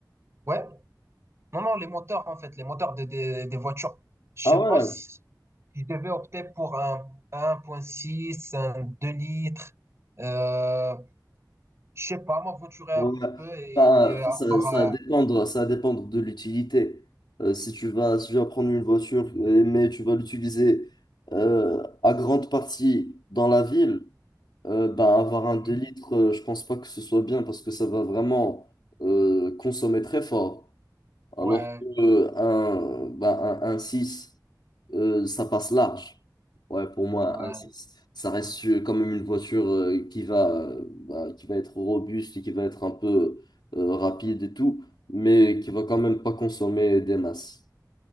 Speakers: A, on the right; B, on the left.
A: ouais, non, non, les moteurs en fait, les moteurs des des des voitures. Je
B: Ah
A: sais
B: ouais,
A: pas si je devais opter pour un un point six un 2 litres. euh, Je sais pas, m'aventurer
B: ouais.
A: un peu et,
B: Enfin,
A: et
B: enfin,
A: avoir.
B: ça, ça va dépendre, ça va dépendre de l'utilité. Euh, si tu vas, si tu vas prendre une voiture, euh, mais tu vas l'utiliser euh, à grande partie dans la ville, euh, bah, avoir un deux
A: euh,
B: litres, euh, je pense pas que ce soit bien parce que ça va vraiment euh, consommer très fort. Alors
A: ouais,
B: que un, ben, un, un 6, euh, ça passe large. Ouais, pour moi,
A: ouais,
B: un 6 ça reste euh, quand même une voiture euh, qui va, euh, bah, qui va être robuste et qui va être un peu euh, rapide et tout, mais qui va quand même pas consommer des masses.